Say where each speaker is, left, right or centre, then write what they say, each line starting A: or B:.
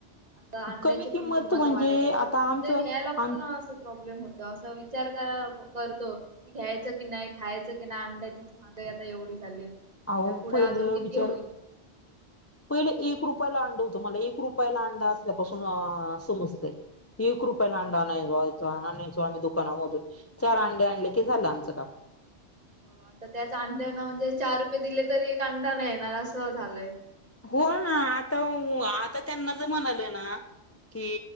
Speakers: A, on the right; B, on the left.
A: आता अंड्याची
B: कमी
A: पण किंमत
B: म्हणजे
A: वाढत चालली,,
B: आता
A: म्हणजे
B: आमचं
A: घ्यायला
B: आम
A: पणऽऽ अस विचार करतो की घ्यायच की नाही, खायच की नाही, अंड्याची माहागाईऽऽ एवढी झाली.
B: आवो
A: ह्या पुढे
B: पहिलं
A: अजून किती
B: विचार
A: होईल?
B: पहिले एक रुप रला अंड होत मला एक रुपयाला अंडा असल्यापासून समजते. एक रुपयाला अंडा आणायचो आणायचो आम्ही दुकानामधून चार अंडे आणले की झालं आमचं काम.
A: ह. हो आता त्याच अंड्यांना म्हणजे चार रुपये दिले तरी एक अंडा नाही येणार असं झालंय.
B: हो ना आता आता त्यांना ज म्हणालं ना. कि